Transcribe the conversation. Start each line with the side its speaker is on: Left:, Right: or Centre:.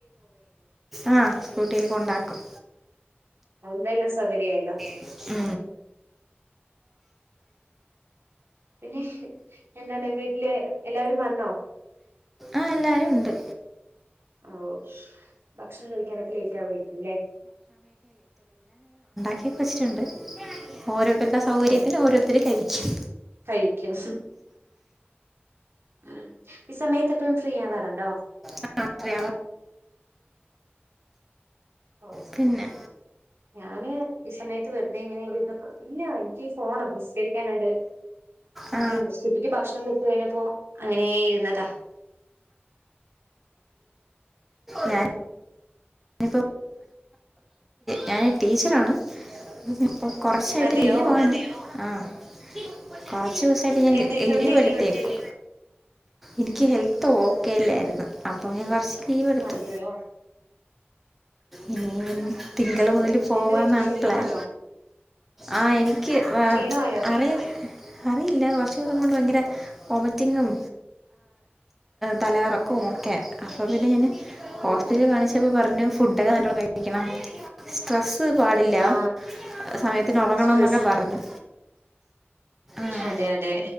Centre: ആ സ്കൂട്ടിയില് കൊണ്ടാക്കും
Right: അന്തെല്ലാം സൗകര്യല്ലോ
Centre: ഉ
Right: പിന്നെ എന്താണ് വീട്ടില് എല്ലാവരും വന്നോ
Centre: ആ എല്ലരും ഉണ്ട്
Right: ഓ ഭക്ഷണം കഴിക്കാനൊക്കെ ലേറ്റ് ആവയിരിക്കല്ലേ
Centre: ഒച്ചിട്ടുണ്ട് ഓരോ അവരുടെ സൗകര്യത്തിന്
Right: ഓ
Centre: ഓരോരുത്തർ കഴിക്കും
Right: കഴിക്കും ഉം ഈ സമയത്ത് എപ്പോഴും ഫ്രീ ആൻ വരണ്ടോ
Centre: ആ അ
Right: ഓ,
Centre: പിന്നെ
Right: ഞാന് ഈ സമയത്ത് വെറുതെ ഇങ്ങനെരുന്നപ്പോ ഇല്ല എനിക്ക് ഫോണ നിസ്കരിക്കാനണ്ട്
Centre: ആ
Right: ിയ സ്ഥിതിക്ക് ഭക്ഷണം കൊട്ടു കഴിഞ്ഞപ്പോൊ അങ്ങനെ ഇരുന്നതാ
Centre: ആഹ ഞാനപ്പോ ഞാന് ടീച്ചറാണ് പ്പ കൊറച്ചായിട്ട്
Right: അതെയോ
Centre: ചെയ്യ പോാണ് ആഹ ദിവസല്ല ഞാൻ
Right: എന്ത് എന്തേ
Centre: ലീവ് എടുത്തേക്കും
Right: എടുത്തത്
Centre: എനിക്ക് ഹെൽത്ത് ഓക്കേല്ലായിരുന്നു അപ്പം ഞാൻ കുറച്ച് ലീവ്െടുത്തു
Right: അതെയോ
Centre: ഇനി തിങ്കൾ
Right: ചൂ
Centre: മുതൽ പോവാന്നാണ്
Right: എന്ത് പറ്റി ക്ഷീണം
Centre: പ്ലാൻ
Right: വന്നോ
Centre: ആ എനിക്ക് എക്ക്
Right: ക്ഷീണമായോ
Centre: അറ അറിയില്ല കുറച്ച് ദിവസം കൊണ്ട് ഭയങ്കര വോമിറ്റിങ്ങും തലയിറക്കുമ ഒക്കെ അപ്പോൾ പിന്നെ ഞാൻ ഹോസ്റ്റലിൽ
Right: ഓ ഓ
Centre: കാണിച്ചപ്പോ പറഞ്ഞു ഫുഡക്കെ നല്ലോ കഴിക്കണം സ്ട്രെ പാടില്ല
Right: ആ
Centre: സമയത്തിന് ഉറങ്ങണം
Right: സ്ട്രെസ്
Centre: എന്നൊക്കെ പറഞ്ഞു ആഹ്
Right: അതെ അതെ